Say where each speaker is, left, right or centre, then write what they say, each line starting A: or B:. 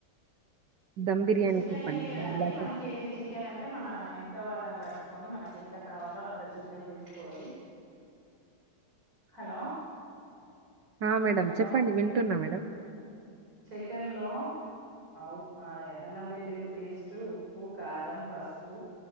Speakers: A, on the right; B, on the right.
A: దమ్ బిర్యానీ
B: చికెన్
A: చెప్పండి
B: ఏం లేదండి
A: మేడం ఎలా
B: వన్
A: చే
B: కేజీ చికెన్ అంటే మన ఇంట్లో వాళ్ళని బట్టు కొని మనకి ఎంత కావాలో అంత చికెన్ తీసుకోవాలి హలో
A: ఆ మేడం
B: హలో
A: చెప్పండి వింటున్నా మేడం
B: చికెన్ లో ఉ అది అల్లం వెల్లుల్లి పేస్ట్ ఉప్పు కారం పసుపు